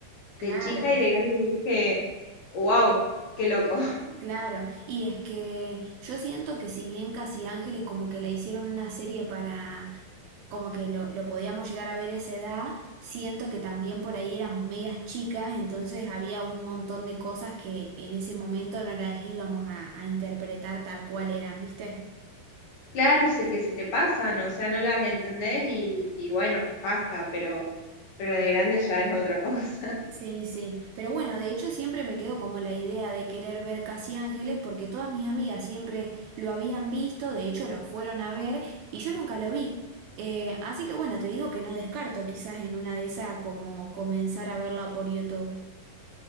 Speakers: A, on the right; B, on the left.
A: claro,
B: de chica y de grande dije, wow, qué loco. <laughs>
A: claro. Y es que yo siento que si bien Casi Ángeles como que la hicieron una serie para como que lo, lo podíamos llegar a ver a esa edad, siento que también por ahí éramos medias chicas, entonces había un montón de cosas que en ese momento no las íbamos a, a interpretar tal cual eran, ¿viste?
B: Claro, sé que se te pasan, o sea, no las entendés y, y bueno, pasa, pero, pero de grande ya es otra <laughs> cosa.
A: Sí, sí, pero bueno, de hecho siempre me quedó como la idea de querer ver Casi Ángeles porque todas mis amigas siempre lo habían visto, de hecho lo fueron a ver y yo nunca lo vi. Eh, así que bueno, te digo que no descarto quizás en una de esas como comenzar a verla por YouTube.